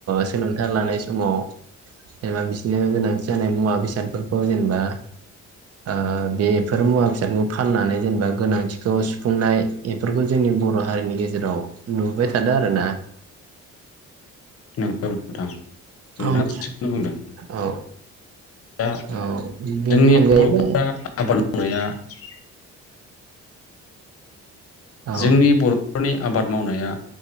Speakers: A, on the right; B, on the left.
A: सोलोंथाइ लानाय समाव जेनेबा बिसोरनो गोनांथि जानाय मुवा बेसादफोरखौ जेनेबा ओ बेफोर मुवा बेसादखौ फाननानै जेनेबा गोनांथिखौ सुफुंनाय बेफोरखौ जोंनि बर' हारिनि गेजेराव नुबाय थादों आरोना।
B: नगौ नोंथां। नोंथाङा
A: ओमथ
B: थिगखौनो बुंदों
A: औ
B: दा
A: औ बिनि
B: जोंनि
A: अनगायैबो
B: बर'फोरनि <unintelligible>
A: औ
B: जोंनि बर'फोरनि आबाद मावनाया